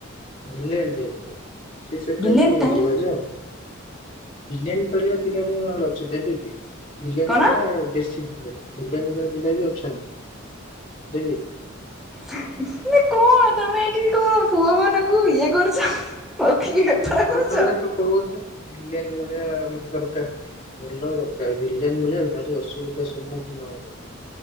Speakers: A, on the left; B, in the centre.
A: ବିଲେଇ ନୁହଁ ସିଏ ସେଟା
B: ଭିଲେନ
A: ବି ହେଇଯିବ।
B: ଟାଇପ
A: ବିରିଆନି କରିବା ବିରିଆନି ଭଲ ଯେ ଦେବିକି? ବିରିଆନି
B: କଣ?
A: ମାନେ ବେଶୀ ବିଲେଇ ମାନେ ପିଲା ବି ଅଛନ୍ତି। ଦେବି?
B: ମାନେ କଣ ତମେ ଏଠି କଣ ପୁଅ ମାନଙ୍କୁ ଇଏ କରୁଛ। ରଖିକି ବେପାର କରୁଛ?
A: ଆଉ ତାହେଲେ ତୁ କହୁଛୁ । ଭିଲିଏନ ଭଳିଆ ଲୋକ ଦରକାର। ଭଲ ଦରକାର ଭିଲିଆନ ଭଳିଆ ଟିକେ ଅସୁବିଧାର ସମ୍ମୁଖୀନ ହବ।